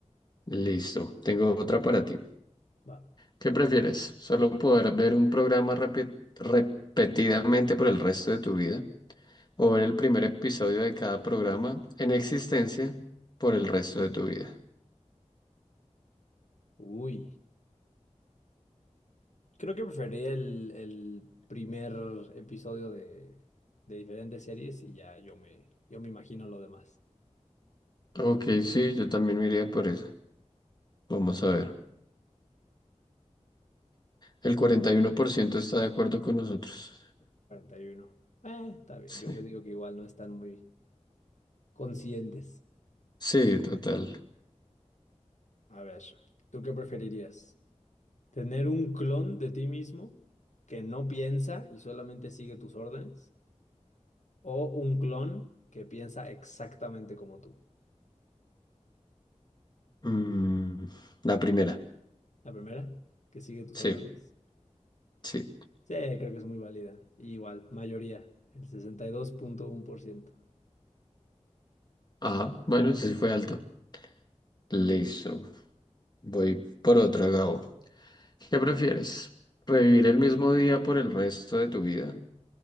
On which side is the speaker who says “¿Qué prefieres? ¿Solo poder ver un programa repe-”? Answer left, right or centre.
Left